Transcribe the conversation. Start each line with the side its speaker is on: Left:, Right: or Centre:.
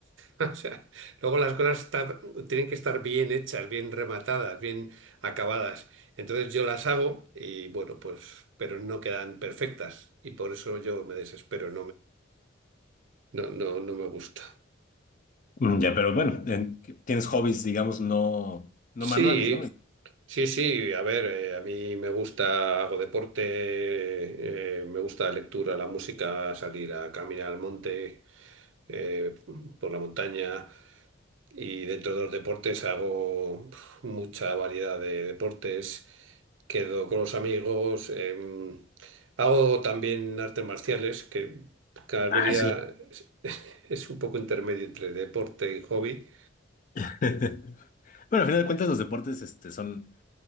Right: <laughs> O sea, luego las cosas está- tienen que estar bien hechas, bien rematadas, bien acabadas. Entonces yo las hago y bueno, pues, pero no quedan perfectas y por eso yo me desespero, No, no, no me gusta.
Left: Mm, Ya, pero bueno, en- tienes hobbies, digamos, no, no
Right: Sí,
Left: manuales, ¿no?
Right: sí, sí. A ver, eh, a mí me gusta, hago deporte, eh, me gusta la lectura, la música, salir a caminar al monte, eh, por la montaña. Y dentro de los deportes hago pf, mucha variedad de deportes. Quedo con los amigos. em, hago también artes marciales, que Calabria
Left: Ah, sí.
Right: es <laughs> es un poco intermedio entre deporte y hobby.
Left: <laughs> Bueno, al final de cuentas, los deportes este, son.